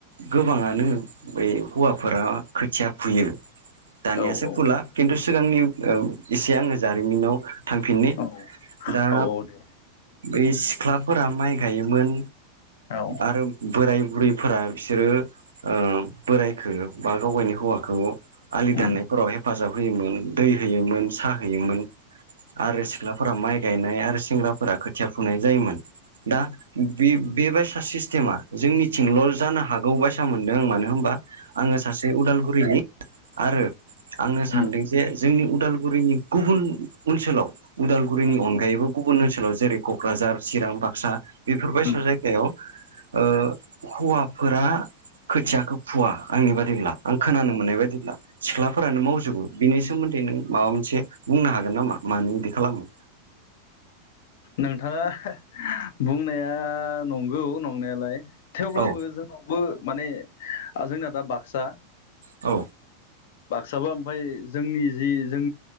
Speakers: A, on the right; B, on the left.
A: गोबाङानो बै हौवाफोरा खोथिया फुयो। दानियासो
B: औ
A: फुला खिन्थु सिगांनि एसे आङो जारिमिनाव थांफिननि
B: औ
A: दा
B: औ दे
A: बै सिख्लाफोरा माइ गायोमोन
B: औ
A: आरो बोराय बुरैफोरा बिसोरो ओ बोरायखो बा गाव गावनि हौवाखौ आलि
B: उम
A: दाननायफोराव हेफाजाब होयोमोन दै होयोमोन सा हैयोमोन आरो सिख्लाफोरा माइ गायनाय आरो सेंग्राफोरा खोथिया फुनाय जायोमोन। दा बे बायसा सिस्टेमा जोंनिथिंल' जानो हागौ बायसा मोनदों आं मानो होनबा आङो सासे उदालगुरिनि आरो आङो सानदों
B: उम
A: जे जोंनि उदालगुरिनि गुबुन ओनसोलाव उदालगुरिनि
B: उम
A: अनगायैबो गुबुन ओनसोलाव जेरै क'क्राझार चिरां बाक्सा बेफोरबायसा
B: उम
A: जायगायाव ओ हौवाफोरा खोथियाखो फुवा आंनि बादिब्ला आं
B: औ
A: खोनानो मोननाय बादिब्ला सिख्ला फोरानो मावजोबो
B: औ
A: बिनि सोमोन्दै नों माबा मोनसे बुंनो हागोन नामा मानो इदि खालामो।
B: नोंथाङा बुंनाया नंगौ नंनायालाय थेवब्लाबो
A: औ
B: जोंनावबो माने जोंना दा बाक्सा
A: औ
B: बाक्साबा ओमफाय जोंनि जि जों